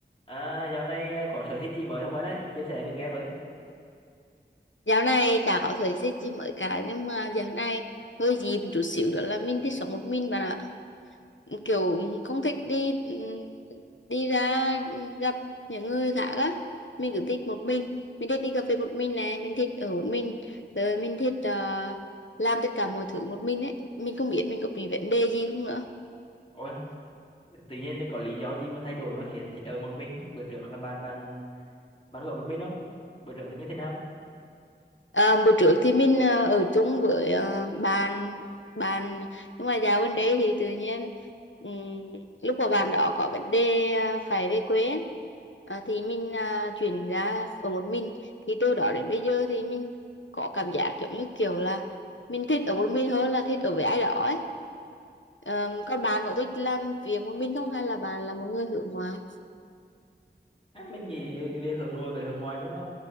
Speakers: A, on the left; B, on the left.
A: À, dạo này à, có sở thích gì mới không bạn ơi? Chia sẻ mình nghe với.
B: Dạo này chả có thời gian gì mới cả nhưng mà dạo này hơi gì một chút xíu nữa là mình thích sống một mình bạn ạ kiểu không thích đi ừm, đi ra gặp những người khác á mình cứ thích một mình mình thích đi cà phê một mình này mình thích ở một mình rồi mình thích ờ, làm tất cả mọi thứ một mình ấy mình không biết mình có bị vấn đề gì không nữa
A: Ủa, tự nhiên có lý do gì mà thay đổi mà khiến thích ở một mình? Bữa trước là bạn bạn bạn có ở một mình không? Bữa trước thì như thế nào?
B: Ờ, bữa trước thì mình ờ, ở chung với ờ, bạn bạn nhưng mà dạo gần đây thì tự nhiên ừm, lúc mà bạn đó có vấn đề ờ, phải về quê ấy, ờ, thì mình ờ, chuyển ra ở một mình thì từ đó đến bây giờ thì mình có cảm giác giống như kiểu là mình thích ở một mình hơn là thích ở với ai đó ấy Ờ, còn bạn có thích làm việc một mình không hay là bạn là một người hướng ngoại
A: À, mình nghĩ cái việc hướng nội với hướng ngoại nó nó